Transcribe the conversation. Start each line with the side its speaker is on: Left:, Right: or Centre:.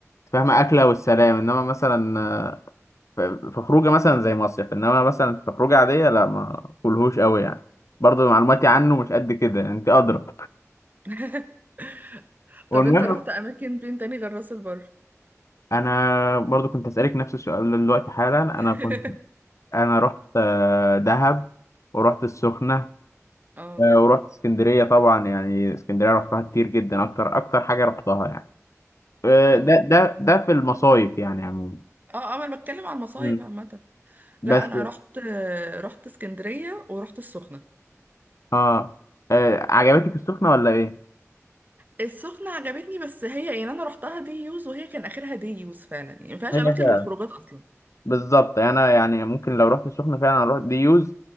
Left: فاهمة أكلة والسلام إنما مثلا آه، في في خروجة مثلا زي مصيف إنما مثلا في خروجة عادية لا ما أكلهوش قوي يعني برضو معلوماتي عنه مش قد كده يعني أنت أدرى
Right: <laughs>
Left: والمهم
Right: طب انت رحت اماكن فين تاني غير راس البر
Left: انا برضو كنت اسالك نفس السؤال دلوقتي حالا
Right: <laughs>
Left: انا كنت انا رحت آه، دهب ورحت السخنه
Right: اه
Left: آه، ورحت اسكندريه طبعا يعني اسكندريه رحتها كتير جدا اكتر اكتر حاجه رحتها يعني آه،
Right: انا
Left: ده
Right: رحت-
Left: ده ده في المصايف يعني عموما
Right: اه اه انا بتكلم عن المصايف
Left: مم.
Right: عامة لا
Left: بس
Right: انا رحت آه، رحت اسكندرية ورحت السخنة
Left: اه آه، عجبتك السخنه ولا ايه
Right: السخنة عجبتني بس هي يعني انا رحتها دي يوز وهي كان اخرها دي يوز فعلا يعني ما فيهاش
Left: هي
Right: اماكن
Left: فعلا
Right: للخروجات اصلا
Left: بالظبط انا يعني ممكن لو رحت السخنه فعلا اروح ديوز